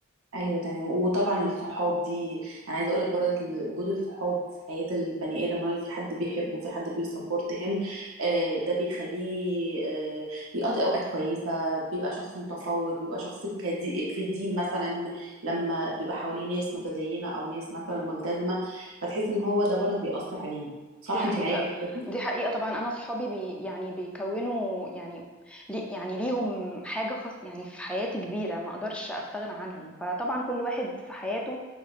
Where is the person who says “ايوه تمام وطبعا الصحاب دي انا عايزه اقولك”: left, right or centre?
Right